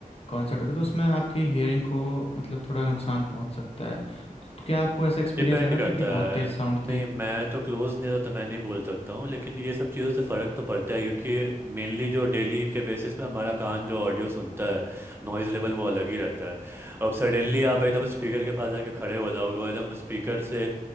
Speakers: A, on the left (about 40°); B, on the right (about 15°).
A: कॉन्सर्ट होते हैं तो उसमें आपकी हेयरिंग को मतलब थोड़ा नुकसान पहुंच सकता है तो क्या आपको ऐसा एक्सपीरियंस
B: डिपेंड
A: लगा
B: करता
A: था कि बहुत
B: है
A: तेज साउंड
B: नहीं
A: थी
B: मैं तो क्लोज नहीं था तो मैं नहीं बोल सकता हूँ लेकिन ये सब चीज़ों से फ़र्क तो पड़ता है क्योंकि मेनली जो डेली के बेसिस पे हमारा कान जो ऑडियो सुनता है नॉइज़ लेवल वो अलग ही रहता है अब सडनली आप एकदम स्पीकर के पास जाके खड़े हो जाओगे और एकदम स्पीकर से